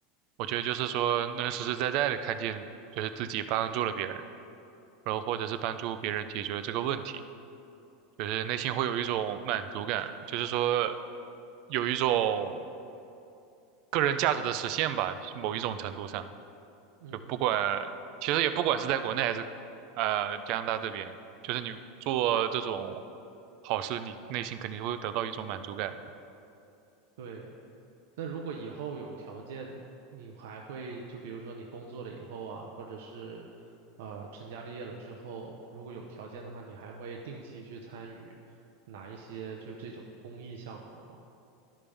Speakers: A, on the right (about 45°); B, on the right (about 80°).
A: 我觉得就是说，能实实在在的看见，就是自己帮助了别人，然后或者是帮助别人解决这个问题，就是内心会有一种满足感，就是说，有一种个人价值的实现吧，某一种程度上。
B: 嗯，
A: 就不管，其实也不管是在国内还是呃加拿大这边，就是你做这种好事，你内心肯定会得到一种满足感。
B: 对。那如果以后有条件，你还会就比如说你工作了以后啊，或者是呃成家立业了之后，如果有条件的话，你还会定期去参与哪一些就这种公益项目吗？